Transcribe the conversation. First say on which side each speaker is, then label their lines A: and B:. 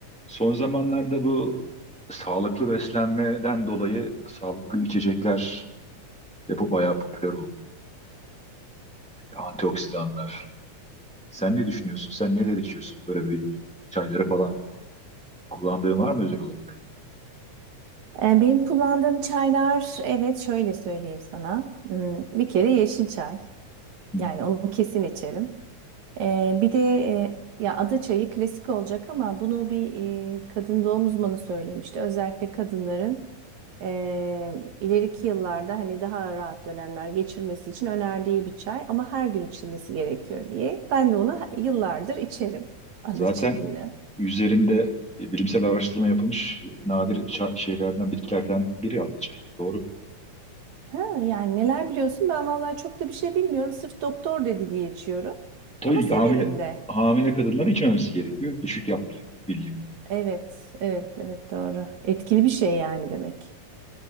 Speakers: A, in the centre; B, on the right.
A: Son zamanlarda bu sağlıklı beslenmeden dolayı sağlıklı içecekler de bayağı popüler oldu. Antioksidanlar. Sen ne düşünüyorsun? Sen neler içiyorsun? Böyle bir çayları falan kullandığın var mı özel olarak?
B: E, Benim kullandığım çaylar, evet şöyle söyleyeyim sana. Hmm, Bir kere yeşil çay.
A: Hı.
B: Yani onu kesin içerim. E, bir de e, ya ada çayı klasik olacak ama bunu bir e, kadın doğum uzmanı söylemişti. Özellikle kadınların e, ileriki yıllarda hani daha rahat dönemler geçirmesi için önerdiği bir çay ama her gün içilmesi gerekiyor diye. Ben de onu yıllardır içerim ada
A: Zaten
B: çayını.
A: üzerinde e, bilimsel araştırma yapılmış e, nadir ça- şeylerden, bitkilerden biri aldı çayı. Doğru.
B: Ha, yani neler biliyorsun? Ben vallahi çok da bir şey bilmiyorum. Sırf doktor dedi diye içiyorum.
A: Tabii
B: Ama severim
A: ki hamile,
B: de.
A: hamile kadınların içmemesi gerekiyor. Düşük yaptırıyor bildiğim.
B: Evet, evet, evet doğru. Etkili bir şey yani demek.